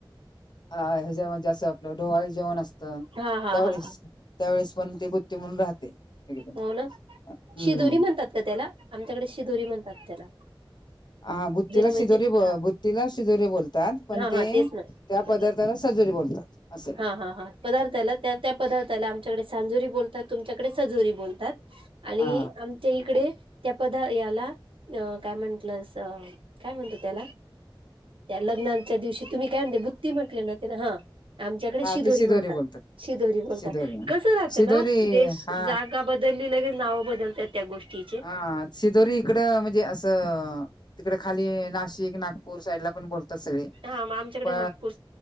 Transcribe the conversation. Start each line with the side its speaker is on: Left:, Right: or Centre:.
Left: हा ह्याच्यामध्ये जासं आपलं ढोवळे जेवण असतं.
Right: हा हा
Left: त्यावेळेस
Right: हा हा
Left: त्यावेळेस पण ते बुत्ती म्हणून राहते. एकदम
Right: हो ना
Left: हम्म
Right: शिदोरी म्हणतात का त्याला? आमच्याकडे शिदोरी म्हणतात त्याला
Left: हा बुद्तीीला
Right: म्हणजे
Left: शिदोरी ब
Right: हा
Left: बुत्तीला शिदोरी बोलतात पण
Right: हा
Left: ते
Right: हा तेच ना
Left: त्या
Right: हा
Left: पदार्थला
Right: हा
Left: सजुरी बोलतात. असे
Right: हा हा हा. पण जर त्याला च त्या त्या पदार्थाला आमच्याकडे सांजुरी बोलतात, तुमच्याकडे सजुरी बोलतात. आणि
Left: हा
Right: आमच्या इकडे त्या पदा याला अ काय म्हणटलस काय म्हणतो त्या? त्या लग्नांच्या दिवशी तुम्ही काय म्हणले बुत्ती म्हटले ना? त्या हा आमच्याकडे
Left: हा
Right: शिदोरी
Left: ती
Right: म्हणतात
Left: बोलतात.
Right: शिधोरी बोलतात
Left: शिदोरी
Right: कसं राहतं
Left: शिदोरी
Right: ना ओ देश,
Left: हा
Right: जागा बदलली, लगेच नावं बदलतात. त्या गोष्टीचे
Left: हा. सिदोरी इकड म्हणजे असं तिकड, खाली नाशिक नागपूर साईड ला पण बोलतो. तस
Right: हा मग आमच्याकडे
Left: प
Right: नागपूर